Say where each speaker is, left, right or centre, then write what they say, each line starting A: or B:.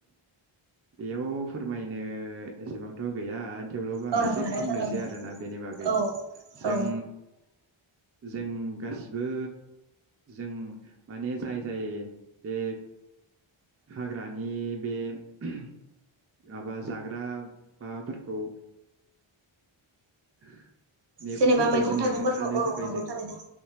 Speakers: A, on the right; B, on the right.
A: बेयाव फोरमायनो ओ एसेबांथ' गैया थेवब्लाबो आं
B: औ
A: एसे
B: नंगौ
A: बुंनोसै
B: थारैनो
A: आरोना बेनि बागै
B: औ
A: जों
B: औ
A: जों गासिबो जों माने जाय जाय बे हाग्रानि बे माबा जाग्रा माबाफोरखौ <inaudible> मेगंफोरखौ
B: जेनेबा मैगं
A: जोङो
B: थाइगंफोरखौ
A: खानो
B: औ
A: थाखाय
B: नंगौ
A: जों
B: थारैनो